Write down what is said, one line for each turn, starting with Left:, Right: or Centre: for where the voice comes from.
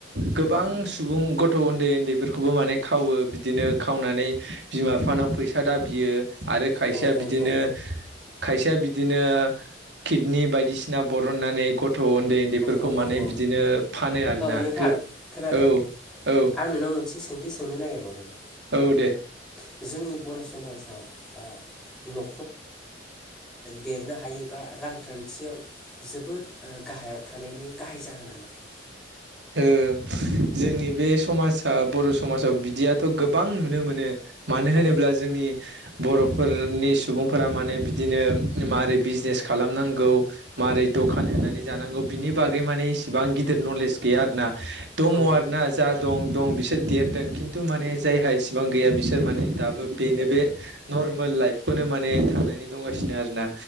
Right: गोबां सुबुं गथ' उन्दै उन्दैफोरखौबो माने खावो बिदिनो खावनानै बिमा बिफानाव फैसा दाबियो आरो खायसेया
Centre: औ
Right: बिदिनो
Centre: औ औ
Right: खायसेया बिदिनो किडनि बायदिसिना बरननानै ग थ' उन्दै उन्दैफोरखौ
Centre: औ
Right: माने
Centre: औ औ
Right: बिदिनो फानो आरो ना
Centre: नोंथां
Right: गोब
Centre: खोनादों
Right: औ औ
Centre: आं नोंनाव मोनसे सोंथि सोंनो नागिरबावदोंमोन
Right: औ दे
Centre: <inaudible> जोंनि बर' समाजाव <inaudible> ओ देरनो हायो बा रांखान्थियाव जोबोद गाहाय। <inaudible>
Right: ओ जोंनि बे समाजा बर' समाजाव बिदियाथ' गोबां नुनो मोनो। मानो
Centre: औ
Right: होनोब्ला जोंनि बर'फोरनि सुबुंफोरा माने बिदिनो माबारै बिजनेस खालामनांगौ मारै दखान होनानै जानांगौ बिनि बागै माने इसेबां गिदिर नलेज गैया आरोना दङ
Centre: औ
Right: आरोना जा दं दं बिसोर देरदों खिन्थु माने जायहा इसेबां गैया बिसोर माने दाबो बेनो बे न फरमेल लाइफखौनो माने थांनानै दंगासिनो आरोना